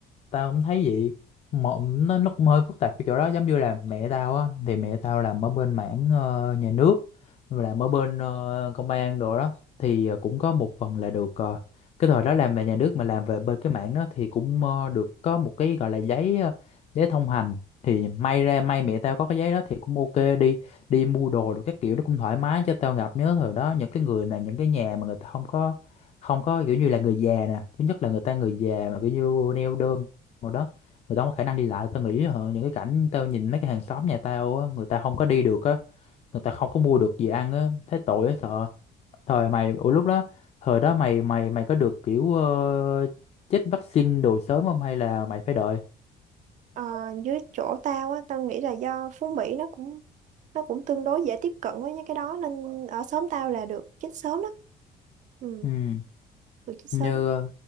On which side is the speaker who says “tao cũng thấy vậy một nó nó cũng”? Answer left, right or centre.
Left